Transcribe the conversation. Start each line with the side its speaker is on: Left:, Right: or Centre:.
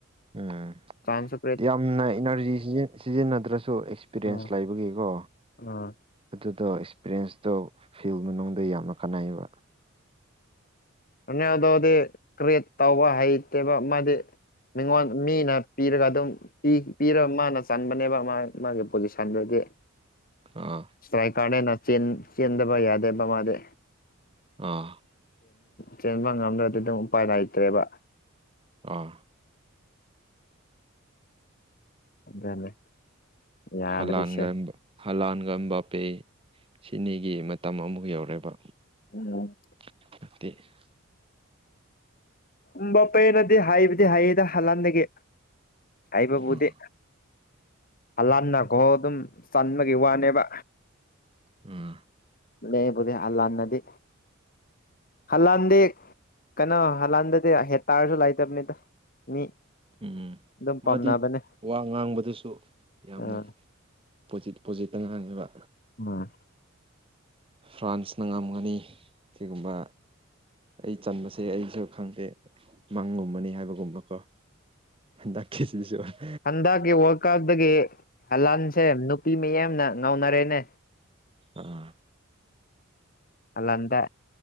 Right: ꯎꯝ
Left: <unintelligible> ꯁꯥꯏꯟꯁꯦ <unintelligible>
Right: ꯌꯥꯝꯅ ꯏꯅꯔꯖꯤ ꯁꯤꯖꯤꯟ ꯁꯤꯖꯤꯟꯅꯗ꯭ꯔꯁꯨ ꯑꯦꯛꯁꯄꯤꯔꯤꯌꯦꯟꯁ
Left: ꯑꯥ
Right: ꯂꯩꯕꯒꯤꯀꯣ
Left: ꯑꯥ
Right: ꯑꯗꯨꯗꯣ ꯑꯦꯛꯁꯄꯔꯤꯌꯦꯟꯁꯇꯣ ꯍꯥꯌꯦꯡ ꯅꯥꯉꯣꯟꯗ ꯌꯥꯝꯅ ꯀꯥꯟꯅꯩꯌꯦꯕ
Left: ꯅꯦꯗꯗꯤ ꯀꯔꯤꯠ ꯇꯧꯕ ꯍꯩꯇꯦꯕ ꯃꯥꯗꯤ <unintelligible> ꯃꯤꯉꯣꯟ ꯃꯤꯅ ꯄꯤꯔꯒ ꯑꯗꯨꯝ ꯄꯤ ꯄꯤꯔ ꯃꯥꯅ ꯆꯟꯕꯅꯦꯕ ꯃꯥ ꯃꯥꯒꯤ ꯄꯣꯖꯤꯁꯟꯗꯨꯗꯤ
Right: ꯑꯥ
Left: ꯐꯦꯀꯥꯅꯦꯅ ꯆꯤꯟ ꯆꯤꯟꯗꯕ ꯌꯥꯗꯦꯕ ꯃꯥꯗꯦ <unintelligible>
Right: ꯑꯥ
Left: ꯆꯦꯟꯕ ꯉꯝꯗ꯭ꯔꯗꯤ ꯑꯗꯨꯝ ꯎꯄꯥꯏ ꯂꯩꯇ꯭ꯔꯦꯕ
Right: ꯑꯥ
Left: ꯑꯗꯨꯅꯦ ꯌꯥꯗ꯭ꯔꯤꯁꯦ
Right: ꯍꯂꯥꯟꯒ ꯍꯂꯥꯟꯒ ꯕꯄꯦ ꯁꯤꯅꯤꯒꯤ ꯃꯇꯝ ꯑꯃꯨꯛ ꯌꯧꯔꯦꯕ
Left: ꯎꯝ
Right: <inaudible>
Left: ꯕꯄꯦꯅꯗꯤ ꯍꯩꯕꯗꯤ ꯍꯩ ꯑꯦꯗ ꯍꯂꯥꯟꯗꯒꯤ ꯍꯥꯏꯕꯕꯨꯗꯤ
Right: ꯎꯝ
Left: ꯍꯂꯥꯟꯅ ꯒꯣꯜ ꯑꯗꯨꯝ ꯆꯟꯕꯒꯤ ꯋꯥꯅꯦꯕ
Right: ꯎꯝ
Left: ꯂꯦꯕꯨꯗꯤ ꯍꯜꯂꯥꯟꯅꯗꯤ ꯍꯜꯂꯥꯟꯗꯤ <unintelligible> ꯀꯩꯅꯣ ꯍꯂꯥꯟꯗꯗꯤ ꯍꯦꯗ ꯇꯥꯔꯁꯨ ꯂꯩꯇꯝꯅꯤꯗ ꯃꯤ
Right: ꯎꯝ
Left: ꯑꯗꯨꯝ
Right: ꯃꯥꯗꯤ
Left: ꯄꯥꯝꯅꯕꯅꯦ
Right: ꯋꯥ ꯉꯥꯡꯕꯗꯁꯨ ꯌꯥꯝꯅ
Left: ꯑꯥ
Right: ꯄꯣꯖꯤꯠ ꯄꯣꯖꯤꯠꯇ ꯉ ꯉꯥꯡꯉꯦꯕ
Left: ꯎꯝ
Right: ꯐ꯭ꯔꯥꯟꯁꯅ ꯉꯝꯒꯅꯤ ꯁꯤꯒꯨꯝꯕ ꯑꯩ ꯆꯟꯕꯁꯦ ꯑꯩꯁꯨ ꯈꯪꯗꯦ ꯃꯪꯒꯨꯝꯕꯅꯤ ꯍꯥꯏꯕꯒꯨꯝꯕꯀꯣ ꯗꯥꯛꯁꯤꯁꯨ <unintelligible>
Left: ꯍꯟꯗꯛꯀꯤ ꯋꯥꯔꯜ ꯀꯞꯇꯒꯤ ꯍꯂꯥꯟꯁꯦ ꯅꯨꯄꯤ ꯃꯤꯌꯥꯝꯅ ꯉꯥꯎꯅꯔꯦꯅꯦ
Right: ꯑꯥ
Left: ꯍꯥꯂꯥꯟꯗ